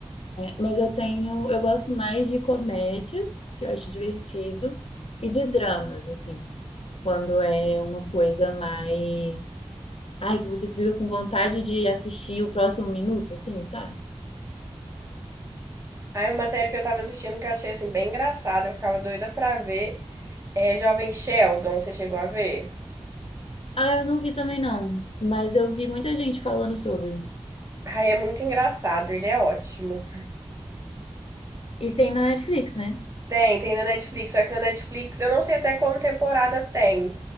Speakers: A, on the left; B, on the right.
A: Mas eu tenho, eu gosto mais de comédias, que eu acho divertido, e de dramas, assim, quando é uma coisa mais, ai, que você fica com vontade de assistir o próximo minuto, assim, sabe?
B: Aí uma série que eu tava assistindo que eu achei assim bem engraçada, eu ficava doida pra ver, é Jovem Sheldon, você chegou a ver?
A: Ah, eu não vi também não, mas eu vi muita gente falando sobre.
B: Ai, é muito engraçado, ele é ótimo.
A: E tem na Netflix, né?
B: Tem, tem na Netflix, só que na Netflix eu não sei até qual temporada tem.